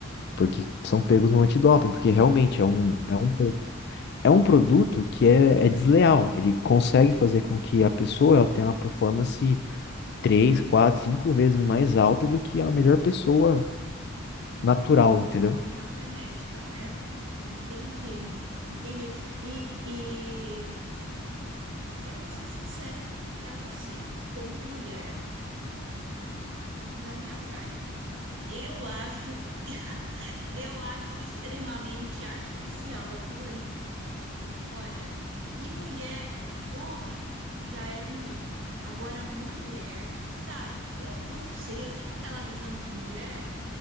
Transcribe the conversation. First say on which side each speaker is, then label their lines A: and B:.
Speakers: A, on the left; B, on the right.
A: porque são
B: Sim,
A: pegos no antidoping,
B: sim,
A: porque realmente é um,
B: exatamente.
A: é um, é um produto que é, é desleal. Ele consegue fazer com que a pessoa ela tenha uma performance três quatro cinco vezes mais alta do que a melhor pessoa natural, entendeu?
B: Com a melhor genética, né? Entendi, entendi. E, e eu vou ser sincera para você, como mulher, não me atrai. Eu acho, <laughs> eu acho extremamente artificial aquilo ali. Olha, e mulher, homem já é ruim. Agora, mulher, sabe? Eu, eu não sei, eu tenho aquela visão de mulher,